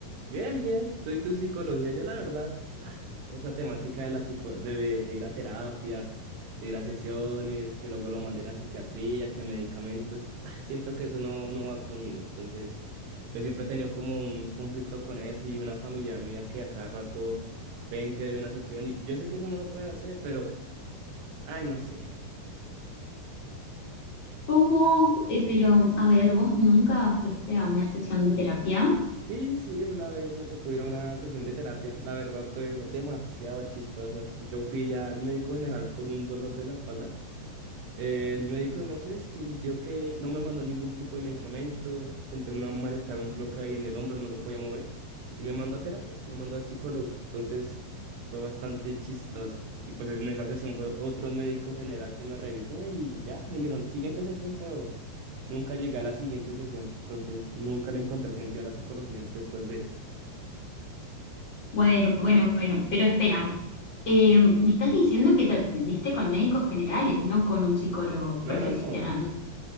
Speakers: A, on the right; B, on the left.
A: Bien, bien, tú y tu psicología, yo la verdad, ah, esa temática de, la psico de, de- de ir a terapia, de ir a sesiones, que luego lo manden a psiquiatría, que medicamentos, ah, siento que eso no, no va conmigo. Entonces, yo siempre he tenido como un conflicto con eso y una familiar mía que a cada rato 20 de una sesión y yo sé que eso no lo pueden hacer, pero... Ay, no sé.
B: ¿Cómo? Eh, pero, a ver, ¿vos nunca fuiste a una sesión de terapia?
A: Sí, sí, una vez me tocó ir a una sesión de terapia. La verdad fue demasiado chistoso. Yo fui al médico general por un dolor de la espalda eh, el médico, no sé, sintió que no me mandó ningún tipo de medicamento, sentí un malestar, un bloque ahí en el hombro, no lo podía mover, y me mandó a terapia, me mandó al psicólogo. Entonces fue bastante chistoso. Y pues en esa sesión fue otro médico general que me revisó y ya me dijeron siguiente sesión, pero nunca llegué a la siguiente sesión. Entonces nunca le encontré sentido a la psicología después de eso.
B: Bueno, bueno, bueno, pero espera. Eh, me estás diciendo que te atendiste con médicos generales, no con un psicólogo profesional.
A: No, no, no.